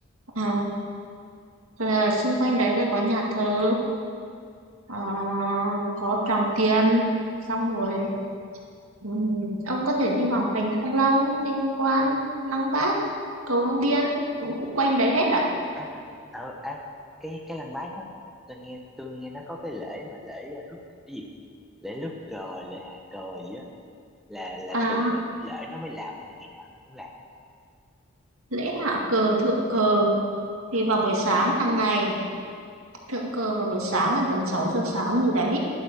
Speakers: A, on the right; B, in the centre.
A: À, rồi là xung quanh đấy là có nhà thờ, Ờ, có Tràng Tiền xong rồi
B: Ờ.
A: ừm, ông có thể đi Hoàng Thành Thăng Long đi tham quan Lăng Bác cầu Long Biên cũng cũng quanh đấy hết à
B: à, ờ, à cái cái lăng Bác đó tôi nghe tôi nghe nó có cái lễ mà lễ ờ, rước cái gì lễ rước cờ lễ hạ cờ gì á là là
A: à
B: thường là kiểu lễ nó mới làm hay là ngày nào nó cũng làm
A: lễ hạ cờ thượng cờ thì
B: ờ
A: vào buổi sáng hàng ngày thượng cờ vào buổi sáng là tầm 6 giờ sáng gì đấy